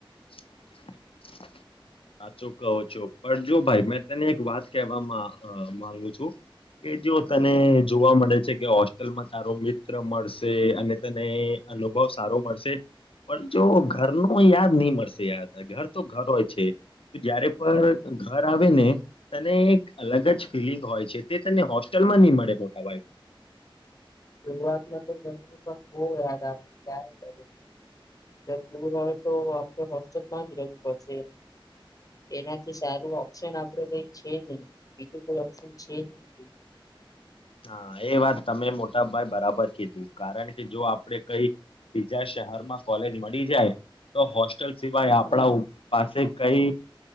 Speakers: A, on the left; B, on the left.
A: <inaudible> સાચો કહો છો પણ જો ભાઈ મેં તને એક વાત કહેવામાં માંગુ છું કે જો તને જોવા મળે છે કે હોસ્ટેલમાં તારો મિત્ર મળશે અને તને અનુભવ સારો મળશે પણ જો ઘરનું યાદ નહી મળશે ઘર તો ઘરોય છે જયારે પણ ઘર આવે ને તને એક અલગ જ ફિલિંગ હોય છે તે તને હોસ્ટેલમાં નહી મળે મોટા ભાઈ
B: શરૂઆતમાં તો ઘરની પણ બહુ યાદ આવી <unintelligible> સર દૂર હોય તો આપણે હોસ્ટેલમાં જ રહેવું પડશે એનાથી સારું ઓપ્શન આપડે કઈ છે નહી બીજું કોઈ ઓપ્શન છે જ
A: હા એ વાત તમે મોટાભાઈ બરાબર કીધું કારણ કે જો આપડે કઈ બીજા શહેરમાં કોલેજ મળી જાય તો હો હોસ્ટેલ સિવાય આપણા
B: હમ
A: પાસે કઈ